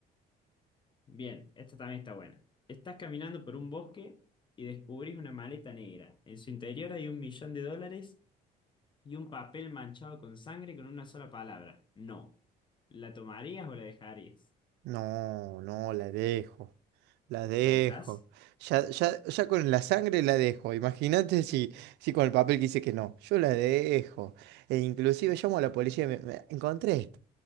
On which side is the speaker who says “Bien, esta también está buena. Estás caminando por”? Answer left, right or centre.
Left